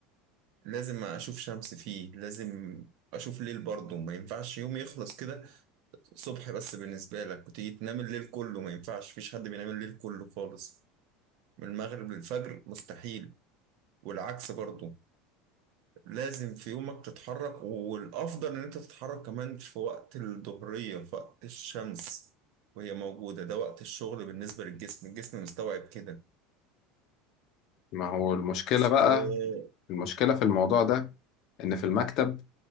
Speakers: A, on the right; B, on the left.
A: لازم اشوف شمس فيه لازم اشوف ليل برضه ما ينفعش يوم يخلص كده الصبح بس بالنسبة لك وتيجي تنام الليل كله ما ينفعش مفيش حد بينام الليل كله خالص من المغرب للفجر مستحيل والعكس برضو لازم في يومك تتحرك والأفضل إن أنت تتحرك كمان في وقت الظهرية في وقت الشمس وهي موجودة ده وقت الشغل بالنسبة للجسم الجسم مستوعب كده
B: ما هو المشكلة بقى
A: آه،
B: المشكلة في الموضوع ده ان في المكتب